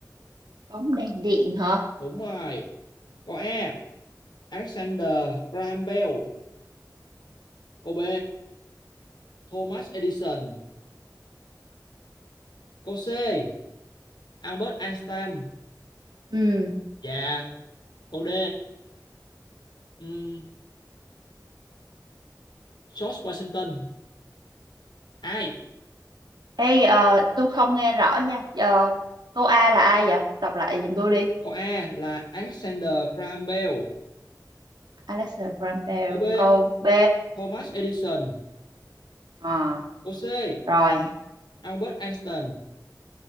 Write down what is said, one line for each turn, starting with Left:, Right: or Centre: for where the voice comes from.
Right: Bóng đèn điện hả
Left: Đúng rồi. Câu A. Alexander Graham Bell. Câu B. Thomas Edison. Câu C. Albert Einstein.
Right: Ừm,
Left: Và câu D. Um, George Washington. Ai?
Right: Ê ờ, tôi không nghe rõ nha Ờ, Câu A là ai vậy Đọc lại giùm tôi đi
Left: Câu A là Alexander Graham Bell.
Right: Alexa Graham Bell
Left: Câu B.
Right: Câu B
Left: Thomas Edison.
Right: Ờ,
Left: Câu C.
Right: Rồi
Left: Albert Einstein